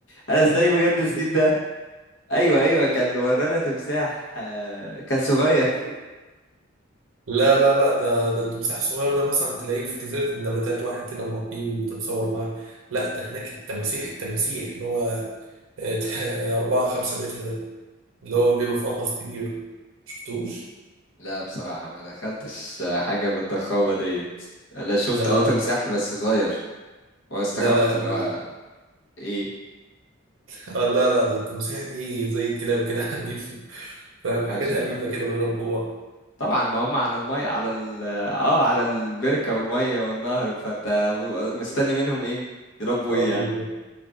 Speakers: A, on the left; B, on the right.
A: انا ازاي بجد نسيت ده ايوه ايوه كان ورانا تمساح آه، كان صغير
B: لا لا لا ده ده التمساح الصغير ده مثلا تلاقيه في جزيره النباتات واحد كده مربيه وتتصور معاه لا ده هناك التماسيح التماسيح اللي هو <laughs> 4 5 متر ده اللي هو بيبقى في قفص كبير شفتوش؟
A: لا بصراحة ما دخلتش حاجة بالضخامة ديت أنا شفت
B: لا
A: اه
B: لا
A: تمساح بس صغير واستغربت
B: لا لا ال-
A: اللي هو إيه
B: آه، لا لا ده التماسيح دي زي الكلاب كده <laughs> عندي فاهم
A: ما
B: حاجات
A: شاء
B: أليفة
A: الله
B: كده بيربوها
A: طبعا ما هم على المية على ال اه على البركة والمية والنهر فأنت مستني منهم إيه يربوا
B: اه
A: إيه
B: بالظبط
A: يعني